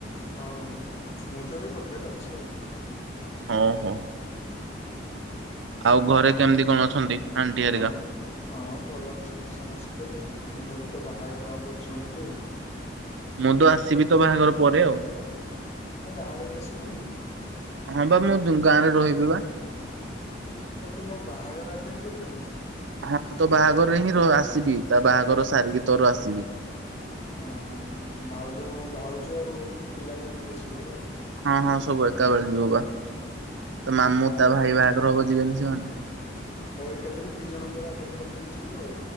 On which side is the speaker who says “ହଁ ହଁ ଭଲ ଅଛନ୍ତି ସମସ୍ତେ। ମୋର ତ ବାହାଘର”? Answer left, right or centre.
Left